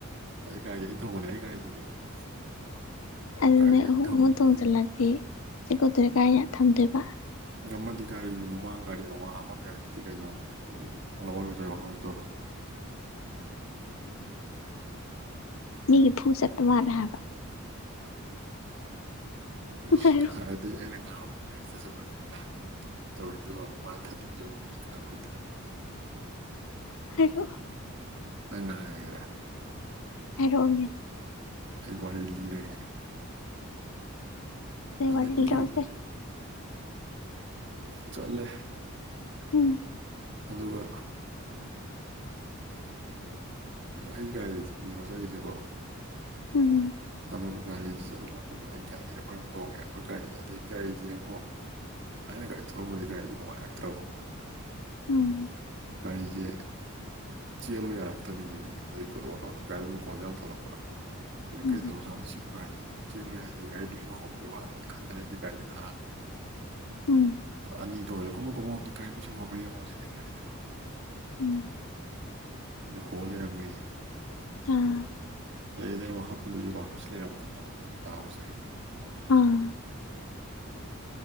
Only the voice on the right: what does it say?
ꯑꯩ ꯒꯥꯔꯤ ꯑꯩꯅ ꯊꯧꯕꯅꯦ ꯑꯩ ꯒꯥꯔꯤꯗꯅꯦꯕꯀꯣ
ꯒꯥꯔꯤꯗ ꯑꯩꯅ
ꯊꯧꯕꯁꯤꯗ
ꯑꯃꯗꯤ ꯒꯥꯔꯤ ꯃꯃꯥꯡ ꯒꯥꯔꯤ ꯃꯃꯥꯡ ꯍꯥꯞꯐꯝ ꯌꯥꯎꯔꯤꯗꯨꯗꯤ ꯀꯩꯅꯣ ꯂꯋꯥꯏ ꯃꯆꯥꯥꯒꯤ ꯍꯧꯅꯕꯤꯗꯨ ꯇꯧꯔꯛꯀꯅꯣ
ꯏꯁ ꯉꯁꯥꯏꯗꯤ ꯑꯩꯅ ꯉꯥꯡꯕꯗ <unintelligible> ꯀꯔꯤ ꯇꯧꯔꯤꯗꯨꯕꯨ ꯃꯥ <unintelligible>
ꯅꯪ ꯉꯥꯡꯉꯒꯦꯔꯥ
ꯑꯩ ꯋꯥꯔꯤ ꯂꯤꯔꯒꯦ
ꯑꯗꯒꯤ
ꯆꯠꯂꯦ
ꯑꯗꯨꯒ ꯑꯩ ꯒꯥꯔꯤ ꯃꯊꯟꯗꯅꯦꯕ ꯆꯠꯂꯤꯁꯦꯀꯣ
ꯑꯗꯨꯒ ꯒꯥꯔꯤꯁꯤ ꯆꯠꯂꯣ ꯈꯣꯠꯂꯒ ꯑꯩ ꯒꯥꯔꯤꯗ ꯑꯩꯈꯣꯏ ꯑꯍꯨꯝ ꯇꯣꯡꯉꯦ ꯑꯩꯈꯣꯏ ꯒꯥꯔꯤꯗ ꯑꯗꯩ ꯒꯥꯔꯤꯁꯦ ꯌꯦꯡꯉꯣ ꯑꯩꯅ ꯒꯥꯔꯤ ꯊꯧꯔꯝꯕꯗꯤ ꯒꯥꯔꯤꯁꯦ ꯅꯨꯡꯉꯥꯏꯔꯛꯇ꯭ꯔꯕꯀꯣ
ꯒꯥꯔꯤꯁꯦ ꯆꯦꯜꯂꯣ ꯌꯥꯔꯛꯇꯕꯤꯅꯦꯃꯤ ꯑꯗꯒ ꯀꯣꯊꯣꯛ ꯀꯣꯊꯣꯛ ꯒꯥꯔꯤ ꯃꯈꯣꯟꯁꯨ ꯌꯥꯝ ꯊꯣꯛꯂꯛꯄ ꯑꯗ
ꯀꯩꯗꯧꯔꯖꯥꯠꯅꯣ ꯁꯤꯕꯨ ꯒꯥꯔꯤꯁꯦ ꯆꯦꯜꯂꯨ ꯌꯥꯗ꯭ꯔꯦ <unintelligible> ꯍꯧꯔꯝꯗꯣꯏ ꯃꯥꯜꯂꯦ ꯈꯟꯂꯒ ꯑꯩꯁꯦ ꯒꯥꯥꯔꯤꯁꯦ ꯈꯥꯝꯃꯦ
ꯑꯅꯤꯗꯣ ꯀꯨꯝꯃꯣ ꯀꯨꯝꯃꯣ ꯀꯔꯤꯅꯣ ꯁꯤꯕꯣ ꯌꯦꯡꯉꯣ ꯁꯤꯅꯦ ꯃꯥꯅ ꯍꯥꯏꯁꯤꯀꯣ
ꯑꯗ ꯍꯣ ꯂꯔꯝꯃꯦ
ꯑꯗꯨꯗꯩ ꯑꯗꯩ ꯃꯐꯝꯗꯨꯁꯨ ꯋꯥꯛꯁꯣꯞꯁꯨ ꯂꯩꯔꯝꯗꯕ ꯗꯥꯎꯁꯦ